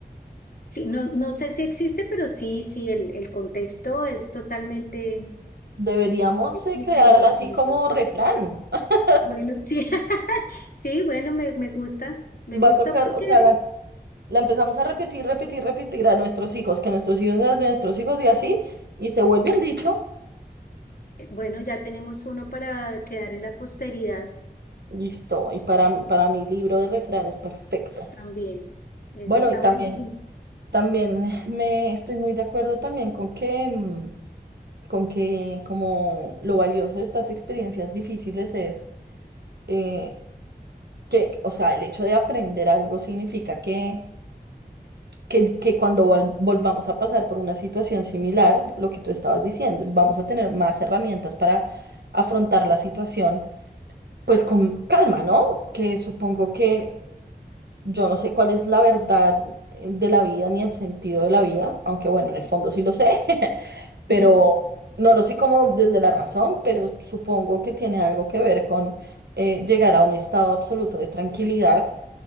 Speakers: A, on the left; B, on the right.
A: Sí, no, no sé si existe, pero sí, sí, el, el contexto es totalmente,
B: Deberíamos
A: existe
B: eh, quedarla
A: y,
B: así
A: y-
B: como refrán.
A: ah,
B: <laughs>
A: bueno, sí, <laughs> sí, bueno, me, me gusta, me gusta
B: Va a tocar,
A: porque,
B: o sea, la- La empezamos a repetir, repetir, repetir a nuestros hijos, que nuestros hijos, a nuestros hijos y así, y se vuelve un dicho.
A: eh, bueno, ya tenemos uno para quedar en la posteridad
B: Listo. Y para, para mi libro de refranes, perfecto.
A: también. Ese
B: Bueno,
A: está
B: y también,
A: buenísimo.
B: también me estoy muy de acuerdo también con que, mm, con que como lo valioso de estas experiencias difíciles es eh, que, o sea, el hecho de aprender algo significa que que, que cuando vol- volvamos a pasar por una situación similar, lo que tú estabas diciendo, vamos a tener más herramientas para afrontar la situación, pues con calma, ¿no? Que supongo que yo no sé cuál es la verdad de la vida ni el sentido de la vida, aunque bueno, en el fondo sí lo sé, <laughs> pero
A: <laughs>
B: no lo sé como desde la razón, pero supongo que tiene algo que ver con eh, llegar a un estado absoluto de tranquilidad